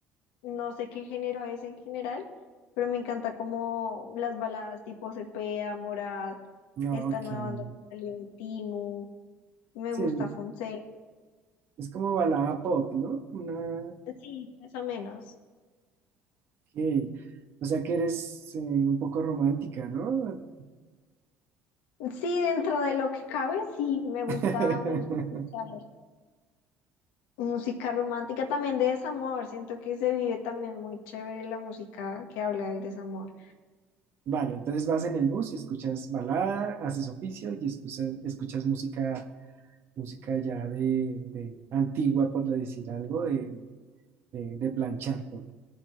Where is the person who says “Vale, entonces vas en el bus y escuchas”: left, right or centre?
Right